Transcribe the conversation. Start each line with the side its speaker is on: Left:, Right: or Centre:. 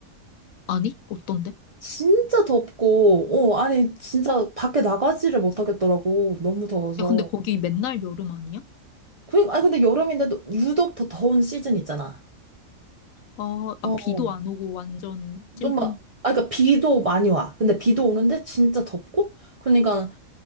Left: 아니 어떤데?
Right: 진짜 덥고, 어, 아니, 진짜 밖에 나가지를 못하겠더라고. 너무 더워서.
Left: 야 근데 거기 맨날 여름 아니야?
Right: 그니까, 아니, 근데 여름인데도 유독 더 더운 시즌 있잖아.
Left: 아막
Right: 어.
Left: 비도 안 오고 완전 찜통
Right: 좀 막, 아, 그니까 비도 많이 와. 근데 비도 오는데 진짜 덥고, 그러니까